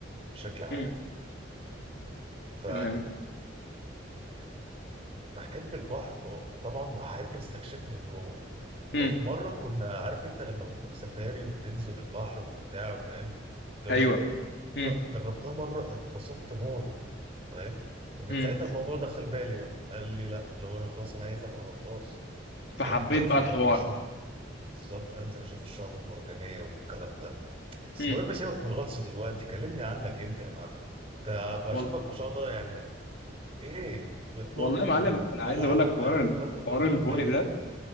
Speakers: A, on the right; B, on the left.
A: بشكل عام
B: مم.
A: ف
B: تمام
A: بحب البحر فطبعا بحب استكشفه من جوه
B: مم.
A: ففي مره كنا عارف انت لما بتروح سفاري وبتنزل البحر وبتاع فاهم الجو
B: ايوه
A: ده
B: مم.
A: جربتها مره اتبسطت موت فاهم فمن
B: مم.
A: ساعتها الموضوع دخل بالي بقى قال لي لا لو انا خلاص انا عايز ابقى غطاس
B: فحبيت
A: فاهم بنزل
B: بقى الحوار
A: بقى بشوف بالظبط انزل اشوف الشعب المرجانيه والكلام ده بس
B: مم.
A: المهم سيبك من الغطس دلوقتي كلمني عنك انت يا معلم ده بشوفك
B: وال-
A: ما شاء الله يعني ايه بتنط
B: والله يا معلم
A: وبتلعب
B: انا عايز اقول لك
A: وبتاع
B: حوار
A: انت
B: ال-
A: دخلت موضوع
B: حوار
A: الفولي
B: الفولي
A: ده امتى
B: ده